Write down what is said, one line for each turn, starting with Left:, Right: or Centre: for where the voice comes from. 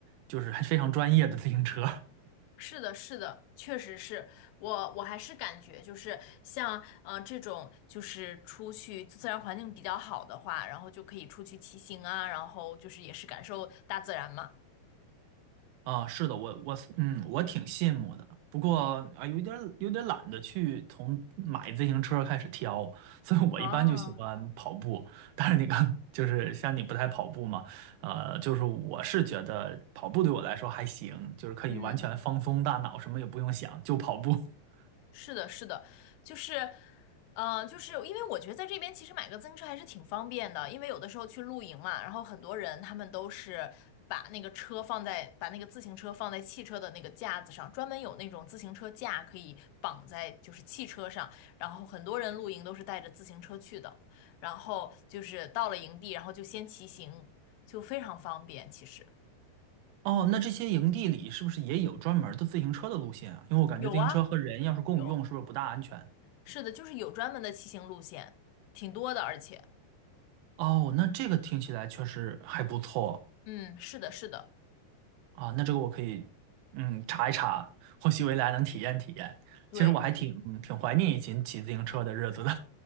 Right: 就是还非常专业的自行车。<laughs>
Left: 是的，是的，确实是我，我还是感觉就是像，呃，这种就是出去自然环境比较好的话，然后就可以出去骑行啊，然后就是也是感受大自然嘛。
Right: 啊，是的，我我嗯，我挺羡慕的。不过啊，有点有点懒得去从买自行车开始挑，所以我一般就喜欢跑步。
Left: 啊，
Right: 但是你看，就是像你不太跑步嘛，呃，就是我是觉得跑步对我来说还行，就是可以完全放松大脑，
Left: 嗯。
Right: 什么也不用想，就跑步。<laughs>
Left: 是的，是的，就是，呃，就是因为我觉得在这边其实买个自行车还是挺方便的，因为有的时候去露营嘛，然后很多人他们都是把那个车放在，把那个自行车放在汽车的那个架子上，专门有那种自行车架可以绑在就是汽车上，然后很多人露营都是带着自行车去的，然后就是到了营地，然后就先骑行，就非常方便，其实
Right: 哦，那这些营地里是不是也有专门儿的自行车的路线啊？因为我感觉自行车和人要是共用，
Left: 有啊，有，
Right: 是不是不大安全？
Left: 是的，就是有专门的骑行路线，挺多的，而且。
Right: 哦，那这个听起来确实还不错。
Left: 嗯，是的，是的，
Right: 啊，那这个我可以，嗯，查一查，或许未来能体验体验。
Left: 对，
Right: 其实我还挺挺怀念以前骑自行车的日子的